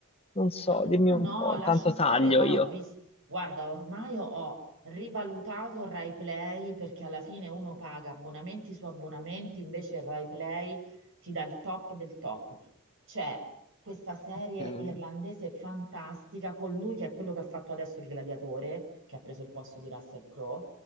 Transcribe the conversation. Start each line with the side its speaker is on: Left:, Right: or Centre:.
Left: non so,
Right: Ah
Left: dimmi un
Right: no,
Left: po',
Right: lascia
Left: intanto
Right: stare,
Left: taglio
Right: guarda,
Left: io.
Right: ho visto, guarda, ormai ho rivalutato il Rai Play perché alla fine uno paga abbonamenti su abbonamenti, invece il Rai Play ti dà il top del top. C'è questa serie
Left: Ok.
Right: irlandese fantastica con lui che è quello che ha fatto adesso il gladiatore, che ha preso il posto di Russell Crowe,